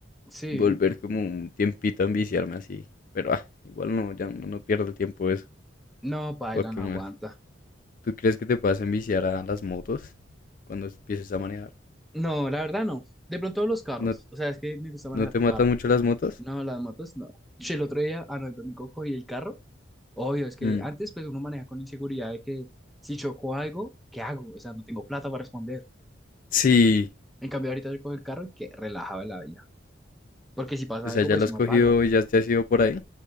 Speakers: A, in the centre; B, on the left.
A: Sí.
B: volver como un tiempito a enviciarme así. Pero ah, igual no, ya uno no pierde el tiempo eso.
A: No, paila,
B: ¿O qué
A: no
B: más?
A: aguanta.
B: ¿Tú crees que te puedas enviciar a las motos cuando empieces a manejar?
A: No, la verdad no. De pronto los carros.
B: ¿No,
A: O sea, es que me gusta manejar
B: no te matan
A: carro.
B: mucho las motos?
A: No, las motos no. Che, el otro día, ah, no, el domingo cogí el carro. Obvio, es que
B: Mm,
A: antes pues uno maneja con inseguridad de que si choco algo, ¿qué hago? O sea, no tengo plata para responder.
B: Sí,
A: En cambio, ahorita yo cojo el carro y que relajaba la vida. Porque si pasa
B: o sea,
A: algo,
B: ya
A: pues
B: lo has
A: uno
B: cogido
A: paga.
B: y ya te has ido por ahí.